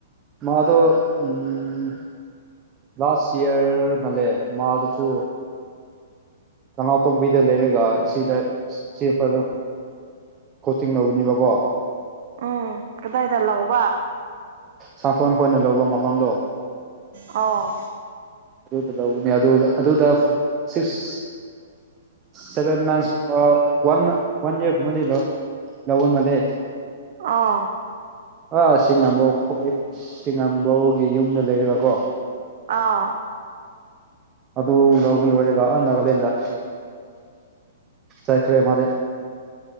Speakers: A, on the right (about 25°); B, on the right (about 55°).
A: ꯃꯥꯗ ꯎꯝ ꯂꯥꯁꯁ ꯏꯌꯔ ꯃꯦ ꯃ ꯑꯔꯁꯨꯁꯨ ꯊꯅꯥꯇꯣꯝꯕꯤꯗ ꯂꯩꯔꯒ ꯁꯤꯗ ꯁꯤ ꯐꯝ ꯀꯣꯆꯤꯡ ꯂꯧꯕꯅꯦꯕꯀꯣ
B: ꯎꯝ ꯀꯗꯥꯏꯗ ꯂꯥꯛꯕ
A: ꯁꯟꯊꯣꯟ ꯈꯣꯏꯅ ꯂꯧꯕ ꯃꯐꯝꯗꯣ
B: ꯑꯣ
A: ꯑꯗꯨꯗ ꯂꯧꯧꯕꯅꯤ ꯑꯗꯨ ꯑꯗꯨꯗ ꯁꯤꯛꯁ ꯁꯦꯕꯦꯟ ꯃꯟꯊꯁ ꯋꯥꯟ ꯃ ꯋꯥꯟ ꯏꯌꯔ ꯃ ꯂ ꯂꯧꯧꯕꯣꯟ ꯃꯅꯦ
B: ꯑꯥ
A: ꯑꯥ ꯆꯤꯉꯥꯝꯕꯧ ꯑꯩꯣꯏ ꯆꯤꯉꯥꯝꯕꯧꯒꯤ ꯌꯨꯝꯗ ꯂꯩꯔꯒ ꯀꯣ
B: ꯑꯥ
A: ꯑꯗꯨ ꯂꯒ ꯂꯣꯏꯔꯒ ꯅꯒꯂꯤꯗ ꯁꯥꯏꯀ꯭ꯔꯦ ꯃꯥ